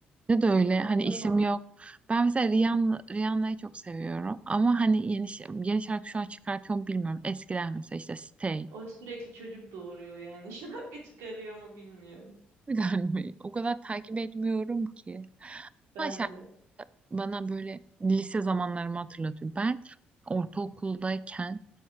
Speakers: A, on the right; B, on the right.
A: Bence de öyle.
B: Çok hatırlamam.
A: Hani işim yok. Ben mesela Rihanna, Rihanna'yı çok seviyorum. Ama hani yeni, ş- yeni şarkı şu an çıkartıyor mu bilmiyorum. Eskiden mesela işte Stay.
B: O sürekli çocuk doğuruyor yani. <laughs> Şarkı çıkarıyor mu bilmiyorum.
A: <laughs> Bilen mi? O kadar takip etmiyorum ki.
B: Ben
A: Ama şarkı
B: de.
A: bana böyle lise zamanlarımı hatırlatıyor. Ben ortaokuldayken